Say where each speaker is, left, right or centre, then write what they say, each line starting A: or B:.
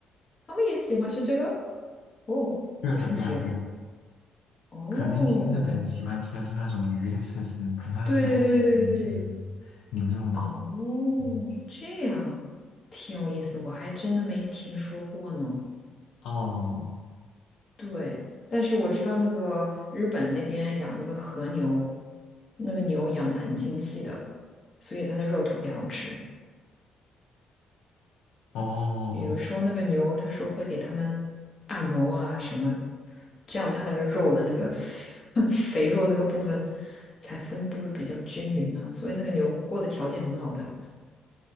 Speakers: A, on the left; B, on the left.
A: 他们也喜欢吃这个？哦，
B: 对啊，
A: 好神奇哦！
B: 对啊，对啊，
A: 哦，
B: 可能日日本喜欢吃的是那种鱼的刺身，可能老美喜欢吃这种
A: 对对对对对，
B: 牛肉的。
A: 哦，
B: 嗯，
A: 这样挺有意思，我还真的没听说过呢。
B: 哦
A: 对，但是我知道那个日本那边养那个和牛，那个牛养的很精细的，所以它的肉特别好吃。
B: 哦
A: 比如说那个牛，他说会给他们按摩啊什么，这样它那个肉的那个 <laughs> 肥肉那个部分才分布的比较均匀啊，所以那个牛过的条件很好的，